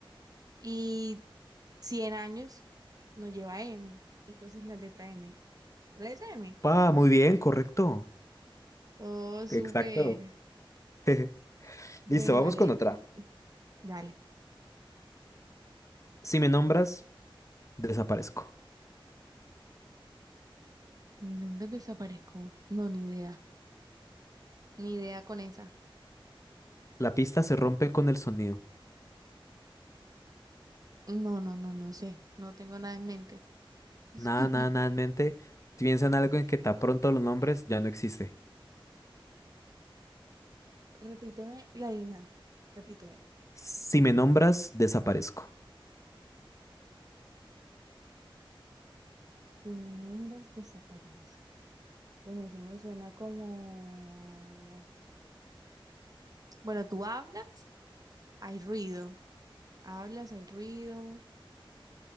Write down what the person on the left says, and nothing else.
Ah, muy bien, correcto.
Exacto. <laughs>
Listo, vamos
con otra.
Si me nombras, desaparezco.
La pista se rompe con el sonido.
Nada, nada, nada en mente. Piensa en algo en que tan pronto los nombres ya no existe.
Si me nombras, desaparezco.